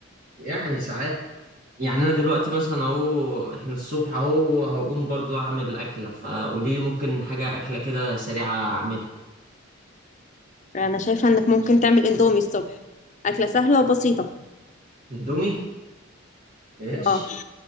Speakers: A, on the right; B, on the left.
A: يعني ساعات يعني أنا دلوقتي مثلا أهو إحنا الصبح أهو هقوم برضو أعمل أكلة فقولي لي ممكن حاجة أكلة كده سريعة أعملها
B: انا شايفه انك ممكن تعمل اندومي الصبح اكله سهله وبسيطه
A: إندومي ماشي
B: اه